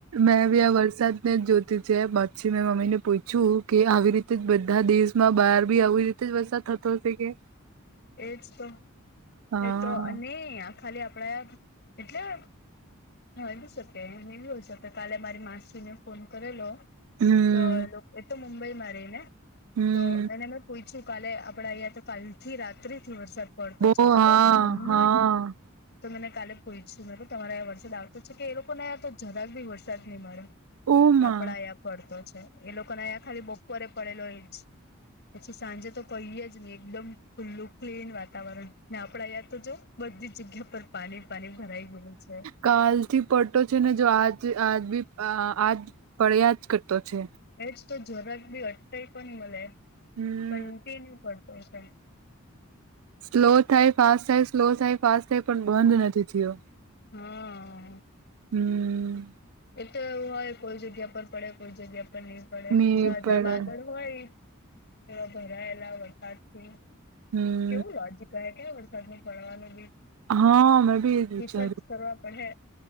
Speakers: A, on the right; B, on the left.
A: મેં બી આ વરસાદને જોતી છે, પાછી મેં મમ્મી ને પૂછ્યું કે, આવી રીતે જ બધા દેશ માં બહાર બી આવી. વર્ષ થતો હશે કે.
B: એજ તો
A: હા
B: એ તો ન ખાલી આપડા એટલે હ એ શકે એ હો શકે કાલે મારી માસીને ફોન કરેલો
A: હમ
B: તો એ તો મુંબઈમાં રહી ને
A: હમ
B: તો એને મેં પૂછું કાલે આપડા અહં તો કાલ થી રાત્રિ થી વરસાદ પડતો
A: બો
B: છે
A: હા
B: ખબર ને હમણાં
A: હા
B: સુધી તો મને કાલે પૂછછું મ તમારે વરસાદ આવતો છે કે એ લોકોને તો જરાક બી વરસાદ નહીં મળે
A: ઓમાં
B: આપડા અહીંયા પડતો છે એ લોકોને અહીંયા ખાલી બપોરે પડેલો એ જ પછી સાંજે તો કહીએ જ નહી એકદમ ખુલ્લું ક્લીન વાતાવરણ ને આપડા યાં તો જઉ બધી જગ્યા પર પાણી પાણી ભરાઈ ગયેું છે.
A: કાલ થી પડતો છે ને જો આજ આજ બી આજ પડ્યા જ કરતો છે
B: એજ તો જરાક ભી અટાઈ પણ મળે
A: હમ
B: કંન્ટિન્યુ પતા
A: સ્લો થાય ફાસ્ટ થાય સ્લો થાય ફાસ્ટ થાય પણ બંધ નથી થયો
B: હમ
A: હમ
B: એ તો એવું હોય કોઈ જગ્યા પર પડે કોઈ જગ્યા પર નહીં પડે
A: ની
B: જ્યાં
A: પડે
B: જ્યાં વાદળ હોય થ ભરાયેલા વરસાદથી
A: હમ
B: કેવું લજી કહે ક્યા વરસાદ ની પડવાનું બી
A: હા અમે બી એ વિચાર
B: રિસર્ચ કરવા પડે